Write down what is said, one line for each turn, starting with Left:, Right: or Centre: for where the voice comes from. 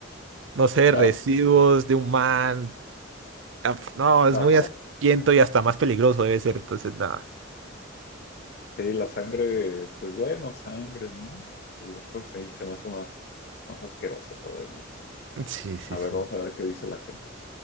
Right: no sé, residuos
Left: ah, ah,
Right: de un man. Ah, pf, No, es
Left: ajá.
Right: muy asquiento y hasta más peligroso debe ser. Entonces, nada.
Left: Sí, la sangre, pues bueno, sangre, ¿no? El otro sí se me hace más, más asqueroso todavía.
Right: Sí, sí,
Left: A
Right: sí.
Left: ver, vamos a ver qué dice la gente.